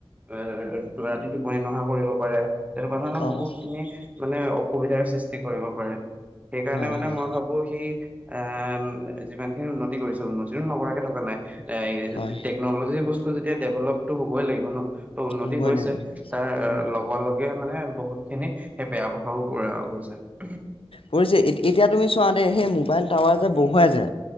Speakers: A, on the right; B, on the left.
A: এ ৰাতি টোপনি নহা কৰিব পাৰে। তেনেকুৱা ধৰণৰ
B: অ',
A: বহুত খিনি মানে অসুবিধাৰ সৃষ্টি কৰিব পাৰে। সেইকাৰণে
B: হয়,
A: মানে
B: হয়,
A: মই ভাবোঁ কি আহ যিমান খিনি উন্নতি কৰিছে উন্নতিতটো নকৰাকে থকা নাই। <unintelligible>
B: হয়,
A: টেকনলজি বস্তু যেতিয়া ডেভেলপটো হ'বই লাগিব ন, ত উন্নতি
B: হ'বই
A: হৈছে
B: লাগিব হয়,
A: তাৰ
B: উম,
A: লগ তে মানে বহুত খিনি সেই বেয়া প্ৰভাৱো পৰে আৰু। <unintelligible>
B: পৰিছে, এতিয়া তুমি চোৱা দেই সেই মোবাইল টাৱাৰ যে বহুৱাই যে